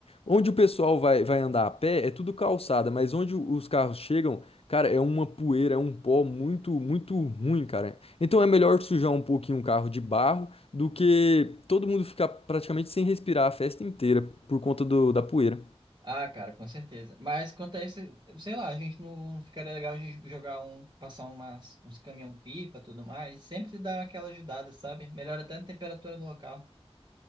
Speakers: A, on the left; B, on the right.
A: Onde o pessoal vai, vai andar a pé é tudo calçada, mas onde o- os carros chegam, cara, é uma poeira, é um pó muito, muito ruim, cara. Então é melhor sujar um pouquinho um carro de barro do que todo mundo ficar praticamente sem respirar a festa inteira por conta do, da poeira.
B: Ah, cara, com certeza. Mas quanto a esse, sei lá, a gente não ficaria legal a gente jogar um, passar umas, uns caminhão pipa, tudo mais. Sempre dá aquela ajudada, sabe? Melhora até a temperatura no local.